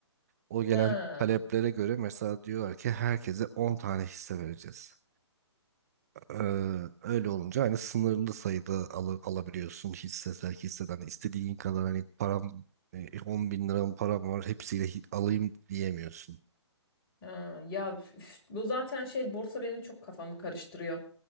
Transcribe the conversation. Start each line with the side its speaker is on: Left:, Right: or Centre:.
Right: O gelen
Left: Ha,
Right: taleplere göre mesela diyorlar ki herkese 10 tane hisse vereceğiz. Ee, öyle olunca hani sınırlı sayıda al alabiliyorsun hisse sevk hisseden. istediğin kadar hani param e, 10 bin liram param var hepsiyle hi- alayım diyemiyorsun.
Left: ha. Ya üf, bu zaten şey borsa benim çok kafamı karıştırıyor.